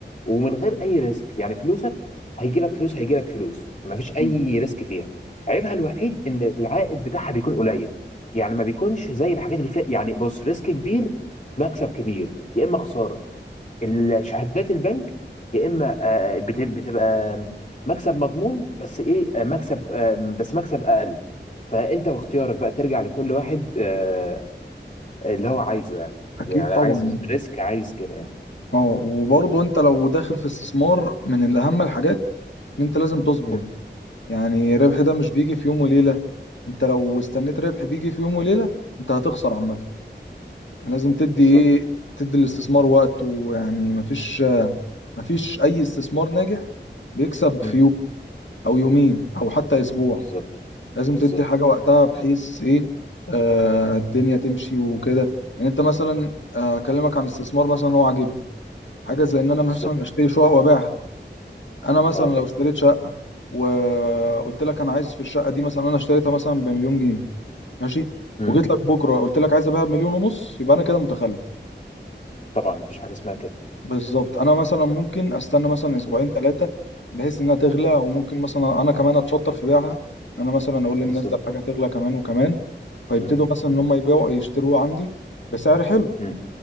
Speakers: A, on the left; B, on the left.
A: ومن غير اي ريسك يعني فلوسك هيجي لك فلوس هيجي لك فلوس ما فيش اي
B: مم.
A: ريسك فيها عيبها الوحيد ان العائد بتاعها بيكون قليل يعني ما بيكونش زي الحاجات اللي فيها يعني بص ريسك كبير مكسب كبير يا اما خساره الشهادات البنك يا اما آه، بت- بتبقى مكسب مضمون بس ايه آه، مكسب آه، بس مكسب اقل فانت واختيارك بقى ترجع لكل واحد آه، اللي هو عايزه يعني
B: اكيد
A: يعني
B: طبعا
A: عايز ريسك عايز كده يعني
B: اه وبرضه انت لو داخل في استثمار من الاهم الحاجات ان انت لازم تصبر
A: امم
B: يعني ربح ده مش بيجي في يوم وليلة انت لو استنيت ربح بيجي في يوم وليلة انت هتخسر عامة يعني لازم تدي
A: بالظبط
B: ايه تدي الاستثمار وقت ويعني مفيش مفيش اي استثمار ناجح بيكسب
A: امم
B: في يوم او يومين او حتى اسبوع
A: بالظبط
B: لازم
A: بالظبط
B: تدي حاجة وقتها بحيث ايه آه الدنيا تمشي وكده يعني انت مثلا آه، اكلمك عن استثمار مثلا هو عاجبني حاجة زي ان انا مثلا
A: بالظبط
B: اشتري شقق وابيعها انا مثلا
A: اه
B: لو اشتريت شقه وقلت لك انا عايز في الشقه دي مثلا انا اشتريتها مثلا بمليون جنيه ماشي
A: امم
B: وجيت لك بكره قلت لك عايز ابيعها بمليون ونص يبقى انا كده متخلف
A: طبعا مفيش حاجه اسمها كده
B: بالظبط انا مثلا ممكن استنى مثلا
A: بالظبط
B: اسبوعين ثلاثه بحيث انها تغلى وممكن مثلا انا كمان اتشطر في بيعها إن انا مثلا اقول للناس
A: بالظبط
B: ده الحاجه هتغلى كمان وكمان فيبتدوا
A: امم
B: مثلا ان
A: امم
B: هم يبيعوا يشتروها عندي بسعر حلو
A: امم